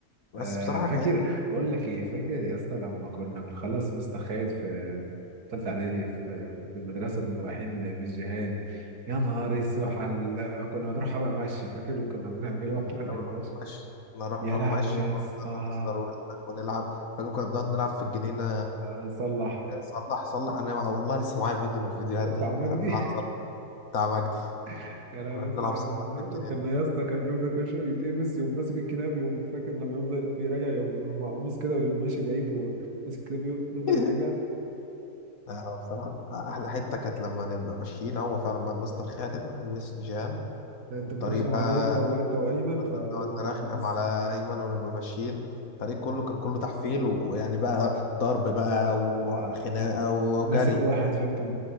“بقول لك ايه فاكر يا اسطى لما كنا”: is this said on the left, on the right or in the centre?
Right